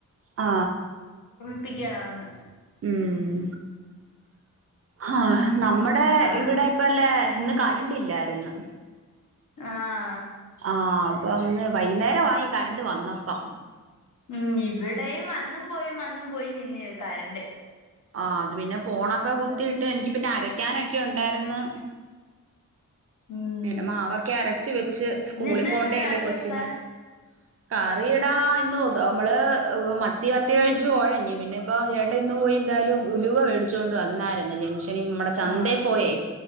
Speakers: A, on the right (about 45°); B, on the left (about 70°).
A: ആ
B: പ്പിക്കണോന്ന്
A: ഉം ആ നമ്മുടെ
B: ആ
A: ഇവിടെ ഇപ്പല്ലെ ഇന്ന് കരണ്ടില്ലാര്ന്ന്
B: ആഹ്
A: ആഹാ അപ്പംന്ന് വൈകുന്നേരം- ആയി കരണ്ട് വന്നപ്പം.
B: ഉം ഇവിടെയും വന്നും, പോയി, വന്നും- പോയി നിന്നേന്ന്ക്കറണ്ട്.
A: ആഹാ അത് പിന്നെ ഫോണൊക്കെ കുത്തിയിട്ട്, എനിക്ക് പിന്നെ അരക്കാനൊക്കെ ഉണ്ടായിന്ന്.
B: ഉം
A: പിന്നെ മാവക്കെ അരച്ച് വെച്ച്- സ്കൂളിൽ
B: ഇന്ന് എന്തായിരുന്നു
A: പോകണ്ടേല്ലേ
B: കറിയൊക്കെ
A: കൊച്ചിന്. കറിയിടാ ഇന്ന് നമ്മള് മത്തി, മത്തി കഴിച്ചു പോഴഞ്ഞി പിന്നെ ഇപ്പോ- ചേട്ടൻ ഇന്ന് പോയി. എന്തായാലും ഉലുവ മേടിച്ചുകൊണ്ട്- വന്നായിരുന്നു ജംഗ്ഷനിന്നു. നമ്മടെ ചന്തയി
B: ആ
A: പോയേ